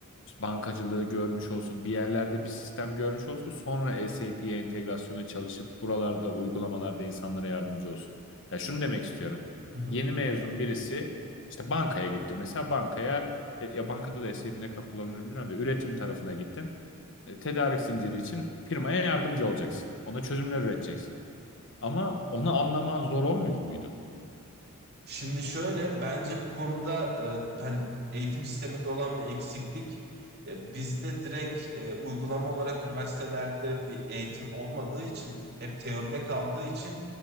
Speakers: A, on the left; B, on the right.
A: işte bankacılığı görmüş olsun, bir yerlerde bir sistem görmüş olsun. Sonra SAP'ye entegrasyonu çalışıp buralarda uygulamalarda insanlara yardımcı olsun. Ya şunu demek istiyorum.
B: <laughs>
A: Yeni mezun birisi işte bankaya gitti. Mesela bankaya e, ya bankada da SAP ne kadar kullanılır bilmiyorum da üretim tarafına gittin. E, Tedarik zinciri için firmaya yardımcı olacaksın. Ona çözümler üreteceksin. Ama onu anlaman zor olmuyor muydu?
B: Şimdi şöyle bence bu konuda e, hani eğitim sisteminde olan bir eksiklik e, bizde direkt e, uygulama olarak üniversitelerde bir eğitim olmadığı için hep teoride kaldığı için